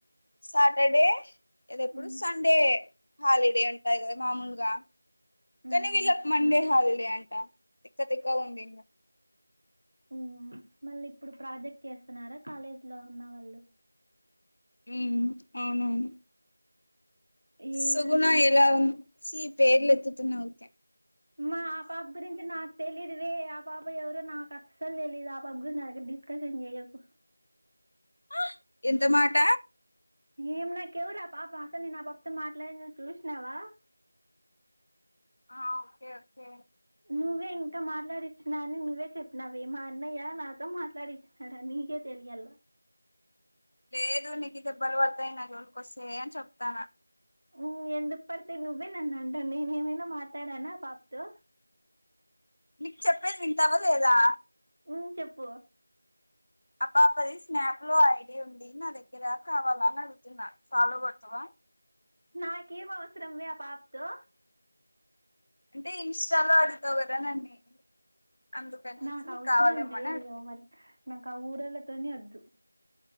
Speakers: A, on the left (about 75°); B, on the right (about 55°).
A: సాటర్డే అద ఎప్పుడు
B: ఉమ్
A: సండే హాలిడే ఉంటాయి కదా మామూలుగా
B: ఉమ్
A: కానీ వీళ్ళకి మండే హాలిడే అంట తిక్క తిక్కగా ఉందింగ
B: ఉ మళ్ళీ ఇప్పుడు ప్రాజెక్ట్ చేస్తున్నారా కాలేజ్లో ఉన్న వాళ్ళు
A: ఉ అవునవును
B: ఏ
A: సగుణ
B: దాని మీద
A: ఎలా
B: చేస్
A: సీ పేర్ల ఎత్తున్నా ఉకే
B: మా ఆ పాప గురించి నాకు తెలిదువే ఆ పాప ఎవరు నాకు అస్సలు తెలీయదు ఆపాప గురించి నా దగ్గర డిస్కషన్ చెయ్యకు
A: ఆ ఎంత మాట
B: ఏం నాకెవరు ఆ పాప అసలు నేను ఆ పాపతో మాట్లాడినది నువ్వు చూసినావా
A: ఆ ఓకే ఓకే
B: నువ్వే ఇంకా మాట్లాడిచ్చిన అని నువ్వే చెప్పినావే మా అన్నయ్య నాతో మాట్లాడిచ్చినాడా నీకే తెలియలా
A: లేదు నీకు దెబ్బలు పడతాయి నా జోళకి వస్తే అని చెప్తాన
B: ఉం ఎందుకు పడితే నువ్వే నన్ను అంటా నేను ఏమైనా మాట్లాడానా ఆ పాపతో
A: మీకు చెప్పేది వింటావా లేదా
B: ఉం చెప్పు
A: ఆ పాపది స్నాప్ లో ఐడి ఉంది నా దగ్గర కావాలా అని అడుగుతున్నా ఫాలో కొడతవా
B: నాకేం అవసరంవే ఆ పాపతో
A: అంటే ఇంస్టాలో అడుగుతావు కదా నన్ని <unintelligible> అందుకనేసి
B: నాకు
A: నీకు
B: అవసరం
A: కావాలేమో
B: లేదు
A: అని అడుగుతున్నా
B: ఎవరు నాకు ఆ ఊరళతోని వద్దు